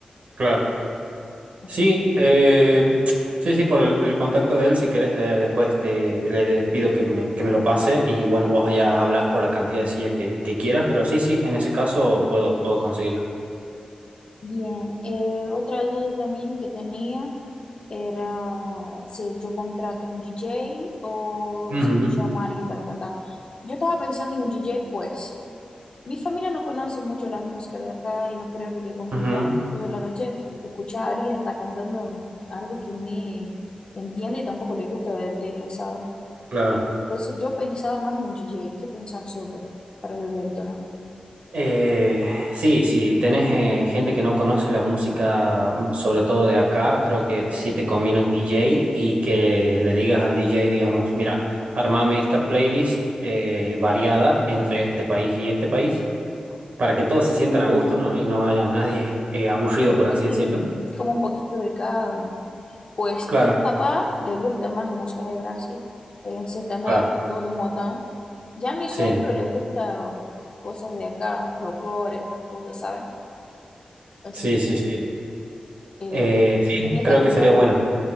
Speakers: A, on the right; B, on the left.
A: Claro.
B: Así
A: Sí,
B: que,
A: eh, sí, sí, por el, el contacto de él, si quieres, de- después te, le pido que me, que me lo pase y bueno, vos ya hablas por la cantidad de sillas que, que quieras, pero sí, sí, en ese caso puedo, puedo conseguirlo.
B: bien, eh, otra duda también que tenía. era si yo contrato un DJ o
A: Ujú,
B: si yo llamo a alguien para cantar. Yo estaba pensando en un DJ, pues mi familia no conoce mucho las músicas de acá y no creo que les van a gustar
A: ujú,
B: toda la noche escuchar a alguien está cantando algo que ni entiende y tampoco le gusta del tema, ¿sabes?
A: Claro.
B: Entonces yo pensaba más en un DJ, ¿qué pensás sobre para el evento, no?
A: Eh, sí, si tenés eh, gente que no conoce la música, mm, sobre todo de acá, creo que sí te conviene un DJ y que le digas al DJ, digamos, mira, armame esta playlist eh, variada entre este país y este país, para que todos se sientan a gusto, ¿no? Y no haya nadie eh, aburrido, por así
B: Y
A: decirlo.
B: como un poquito de cada, Pues
A: Claro,
B: mi papá le gusta más música de Brasil, eh, sertanejo
A: claro.
B: y todo modão. Ya a mi suegro
A: Sí,
B: le gusta cosas de acá, folclore, estas cosas, ¿sabes? Así
A: sí, sí,
B: que
A: sí.
B: eh,
A: Eh, sí,
B: tenía esta
A: creo
B: duda.
A: que sería bueno.